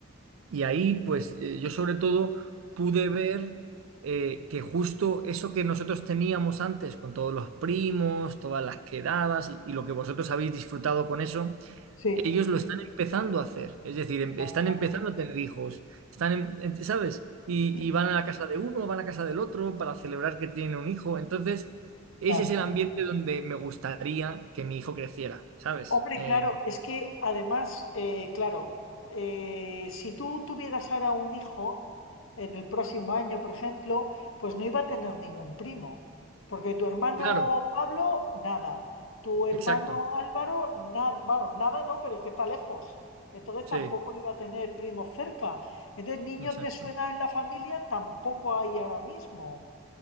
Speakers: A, on the right; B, on the left.
A: Y ahí, pues eh, yo sobre todo pude ver eh, que justo eso que nosotros teníamos antes, con todos los primos, todas las quedadas y, y lo que vosotros habéis disfrutado con eso,
B: sí.
A: ellos lo están empezando a hacer. Es decir, em-
B: Ah,
A: están empezando a tener hijos, están, en- en- ¿sabes? Y,
B: ya,
A: y van a la casa de uno, van a la casa del otro para celebrar que tienen un hijo. Entonces, ese
B: claro.
A: es el ambiente donde me gustaría que mi hijo creciera, ¿sabes?
B: Hombre,
A: Eh,
B: claro, es que además, eh, claro, eh, si tú tuvieras ahora un hijo en el próximo año, por ejemplo, pues no iba a tener ningún primo, porque tu hermano
A: claro,
B: Pablo, nada, tu hermano
A: exacto,
B: Álvaro, nada, bueno, nada no, pero es que está lejos, entonces
A: sí,
B: tampoco iba a tener primos cerca, entonces niños
A: exacto.
B: de su edad en la familia tampoco hay ahora mismo.